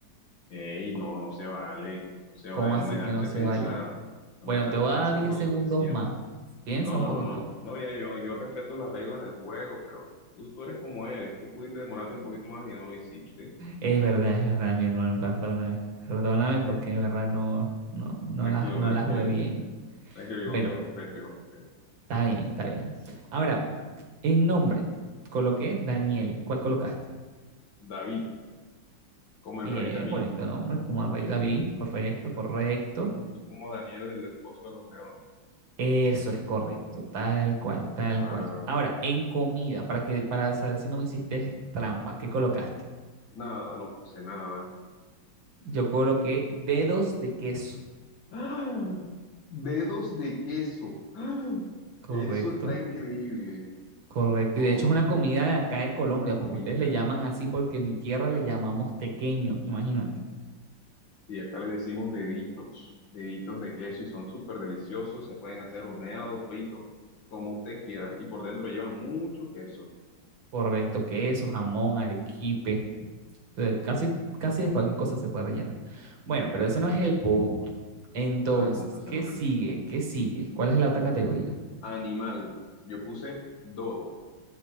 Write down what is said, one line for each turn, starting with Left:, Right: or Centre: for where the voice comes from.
Left: Ey, no, no se vale. No se vale,
Right: ¿Cómo así
Left: no me dejaste
Right: que no se
Left: pensar.
Right: vale?
Left: No
Right: Bueno,
Left: me dejaste
Right: te voy
Left: pensar
Right: a dar 10
Left: lo suficiente.
Right: segundos más. Piensa
Left: No, no,
Right: un poquito
Left: no, no.
Right: más.
Left: No, ya yo, yo respeto las reglas del juego, pero tú, tú eres como eres. Tú pudiste demorarte un poquito más y no lo hiciste.
Right: Es verdad, es verdad, mi hermano, perdóname. Perdóname porque de verdad no, no, no
Left: Tranquilo,
Right: la, no
Left: tranquilo.
Right: la jugué bien.
Left: Tranquilo,
Right: Bueno,
Left: yo, yo respeto, yo respeto.
Right: está bien, está bien. Ahora, en nombre, coloqué Daniel. ¿Cuál colocaste?
Left: David, como el
Right: Bien,
Left: rey David.
Right: bonito nombre, como el
Left: ¿eh?
Right: rey David. Correcto,
Left: Claro,
Right: correcto.
Left: claro. Y tú como Daniel, el del Pozo de los Leones.
Right: Eso es correcto, tal cual, tal
Left: Claro.
Right: cual. Ahora, en comida, para que, para saber si no me hiciste trampa, ¿qué colocaste?
Left: Nada, no puse nada.
Right: Yo coloqué dedos de queso.
Left: ¡Ah! Dedos de queso. ¡Ah!
Right: Correcto.
Left: Eso está increíble.
Right: Correcto,
Left: No,
Right: y de hecho es una comida de acá de Colombia,
Left: es una comida.
Right: porque ustedes le llaman así, porque en mi tierra le llamamos tequeño, imagínate.
Left: Sí, acá le decimos deditos, deditos de queso y son súper deliciosos, se pueden hacer horneados, fritos, como usted quiera. Y por dentro llevan mucho queso,
Right: Correcto, queso, jamón, arequipe, eh, casi, casi de cualquier cosa se puede rellenar. Bueno,
Left: completamente.
Right: pero ese no es el punto. Entonces,
Left: Ese no es el punto, ese
Right: ¿qué
Left: no es
Right: sigue?
Left: el punto.
Right: ¿Qué sigue? ¿Cuál es la otra categoría?
Left: Animal, yo puse dodo,